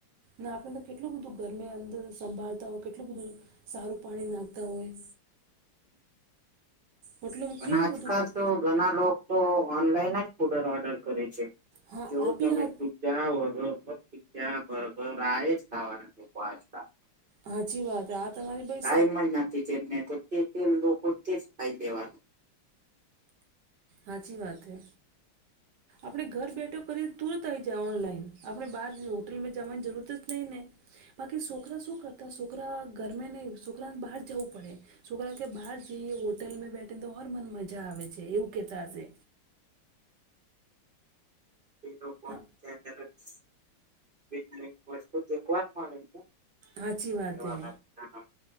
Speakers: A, on the right; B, on the right.
A: ને આપણે તો કેટલું બધું ઘરમે અંદર સંભાળતા હોય, કેટલું બધું સારું પાણી નાખતા હોય, મતલબ
B: અને
A: કેવું
B: આજકાલ
A: બધું કા
B: તો ઘણા લોકો ઓનલાઈન જ ફૂડ ઓર્ડર કરે છે
A: હા
B: જેવું
A: આ
B: તમે
A: બી હા
B: કયાં વઘર ફક્ત પીઝા બર્ગ આયજ ખાવાના આજકાલ
A: હાચી વાત આ તમારી ભાઈ
B: ટાઈમ જ નથી તેલ ને તો તે તેલ લોકો તેજ ખાઈ દેવાનું
A: હાચી વાત હ. આપણે ઘર બેઠો કરીને તુરત આઈ જાય ઓનલાઈન આપણે બહાર હોટલમાં જવાની જરૂરત જ નહીં ને. બાકી છોકરા શું કરતા છોકરા ગરમે નહિ છોકરાને બહાર જવું પડે. છોકરા કે બહાર જઈએ હોટલમાં બેઠીને તો ઓર મન મજા આવે છે એવું કેતા હશે.
B: તે લોકો
A: હ
B: <unintelligible> <inaudible>
A: હાચી વાત હે